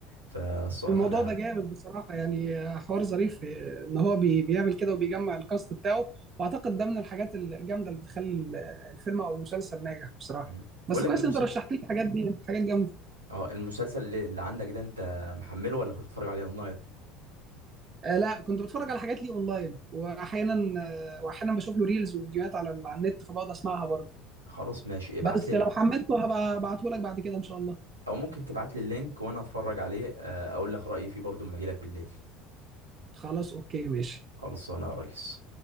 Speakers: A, on the right; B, on the right.
A: فالصراحة
B: الموضوع
A: أنا
B: ده جامد بصراحه يعني آه، حوار ظريف آه، ان هو بي- بيعمل كده وبيجمع الكاست بتاعه واعتقد ده من الحاجات الجامده اللي بتخلي ال- الفيلم او المسلسل ناجح بصراحه
A: مم.
B: بس
A: بقول لك
B: كويس
A: إيه المسلسل
B: إن انت رشحت لي الحاجات دي حاجات جامده
A: اه المسلسل اللي اللي عندك ده انت محمله ولا كنت بتتفرج عليه اونلاين
B: آه لا كنت بتفرج على حاجات ليه اونلاين واحيانا آه واحيانا بشوف له ريلز وفيديوهات على على النت فبقعد اسمعها برضه
A: خلاص ماشي ابعت
B: بس
A: لي
B: لو حملته هبقى ابعته لك بعد كده ان شاء الله
A: او ممكن تبعت لي اللينك وانا اتفرج عليه آه، اقول لك رايي فيه برضو اما اجي لك بالليل
B: خلاص اوكي ماشي
A: خلصانه يا ريس